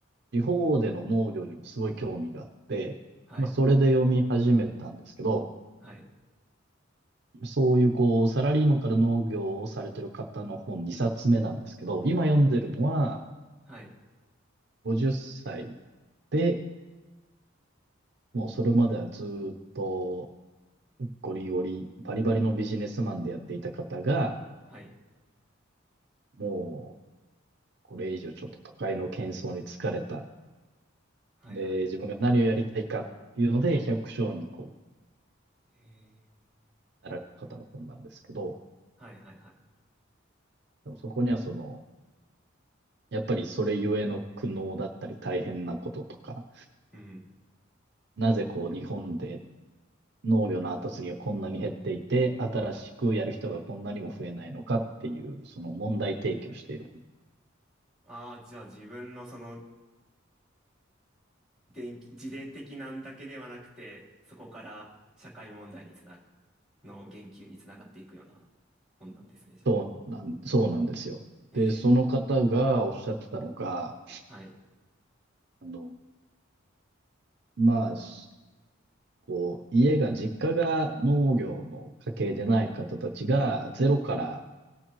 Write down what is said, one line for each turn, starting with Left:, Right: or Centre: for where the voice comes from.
Right: 地方での農業にもすごい興味があって、
Centre: はい、
Right: まあ、それで読み始めたんですけど、
Centre: はい、
Right: そういうこう、サラリーマンから農業をされてる方の本2冊目なんですけど、今読んでるのは
Centre: はい、
Right: 50歳で、もうそれまではずっとゴリゴリ、バリバリのビジネスマンでやっていた方が、
Centre: はい、
Right: もうこれ以上ちょっと都会の喧騒に疲れた。
Centre: はい、
Right: で、
Centre: はい、はい、
Right: 自分が何をやりたいかっていうので、百姓にこ
Centre: へー
Right: う、なられる方の本なんですけど、
Centre: はいはいはい。
Right: でもそこにはその、やっぱりそれゆえの苦悩だったり大変なこととか、
Centre: うん。
Right: なぜこう日本で農業の後継ぎがこんなに減っていて、新しくやる人がこんなにも増えないのかっていう、その問題提起をしている。
Centre: ああ、じゃあ自分のその電気、自伝的なんだけではなくて、そこから社会問題につなる、の言及につながっていくような本なんですね、じゃあ。
Right: そうなん、そうなんですよ。
Centre: ええ、
Right: で、その方がおっしゃってたのが、
Centre: はい。
Right: あの、まあ、しこう、家が、実家が農業の家系でない方たちが、ゼロから